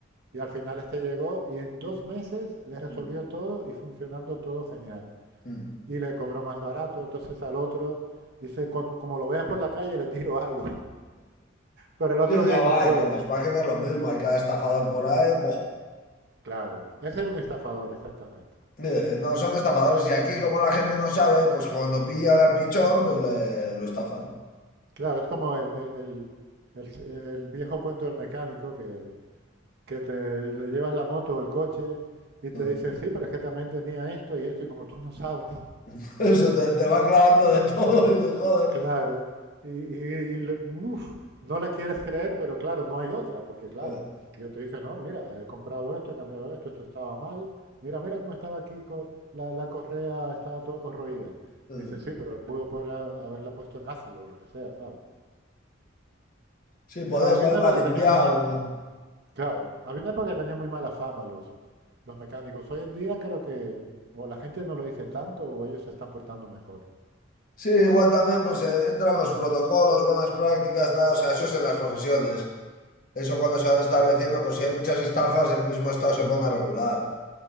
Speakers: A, on the right (about 55°); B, on the left (about 45°).
A: Y al final este llegó y en dos meses le resolvió
B: mm,
A: todo y funcionando todo genial.
B: mm.
A: Y le cobró más barato, entonces al otro dice, "Con- como lo veas por la calle le tiro <laughs> algo, pero el otro
B: Sí,
A: día
B: no,
A: en un
B: va,
A: pueblo.
B: y con las páginas lo mismo, hay cada estafador por ahí. buah.
A: Claro, ese era un estafador, exactamente.
B: Eh, No son estafadores y aquí como la gente no sabe, pues cuando pillan al pichón, pues le- lo estafan.
A: Claro, es como el, el- el- el- el viejo cuento del mecánico que, que te le llevas la moto o el coche y te
B: Mm.
A: dice, sí, pero es que también tenía esto y esto, y como tú no sabes,
B: <laughs> Eso te, te
A: el-
B: va clavando de todo y de joder.
A: claro, y, y- y le- uf, no le quieres creer, pero claro, no hay otra, porque claro,
B: eh,
A: el tío te dice, no, mira, he comprado esto, he cambiado esto, esto estaba mal, mira, mira cómo estaba aquí, co- la, la correa estaba todo corroída.
B: eh,
A: Dice, sí, pero él pudo poder haberla puesto en ácido o lo que sea, ¿sabes?
B: Sí, podías
A: Sí, había
B: haberla
A: una época
B: limpiado.
A: que tenía muy mala Claro, había una época que tenía muy mala fama los, los mecánicos. Hoy en día creo que o la gente no lo dice tanto o ellos se están portando mejor.
B: Sí, igual también pues eh, entran los protocolos, buenas prácticas, tal, o sea, eso es en las profesiones. Eso cuando se van estableciendo, pues si hay muchas estafas, el mismo Estado se pone a regular.